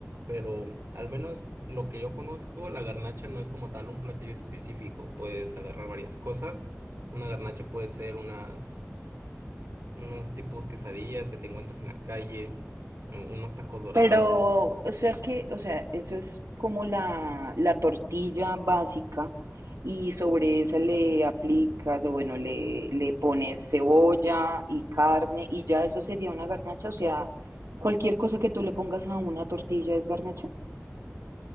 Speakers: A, on the right; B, on the right.
A: Pero al menos lo que yo conozco, la garnacha no es como tal un platillo específico. Puedes agarrar varias cosas. Una garnacha puede ser unas, unos tipos quesadillas que te encuentras en la calle, eh, unos tacos dorados.
B: Pero, o sea que, o sea, eso es como la, la tortilla básica y sobre esa le aplicas o bueno, le, le pones cebolla y carne y ya eso sería una garnacha, o sea, cualquier cosa que tú le pongas a una tortilla es garnacha.